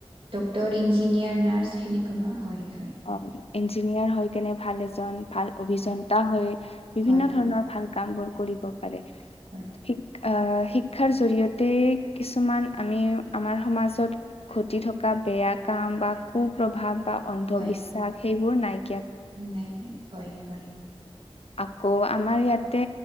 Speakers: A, on the right; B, on the left.
A: ডক্টৰ ইঞ্জিনিয়াৰ নাৰ্চ সেনেকুৱা হয়। হয়
B: অ ইঞ্জিনিয়াৰ হৈ কেনে ভাল এজন। ভাল অভিযন্তা
A: হয়
B: হৈ বিভিন্ন
A: হয়
B: ধৰণৰ
A: হয়
B: ভাল কাম বোৰ কৰিব। পাৰে আ।
A: হয়
B: শিক্ষাৰ জৰিয়তে কিছুমান আমি আমাৰ সমাজত ঘটি থকা বেয়া কা। কাম বা কু প্ৰভাৱ বা অন্ধবিশ্বাস
A: হয়
B: সেইবোৰ নাই।
A: এনেকে হয় হয়।
B: আকৌ আমাৰ ইয়াতে